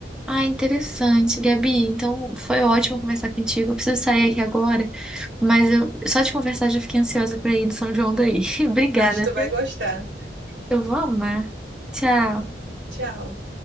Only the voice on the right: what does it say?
Acho que tu vai gostar.
Tchau.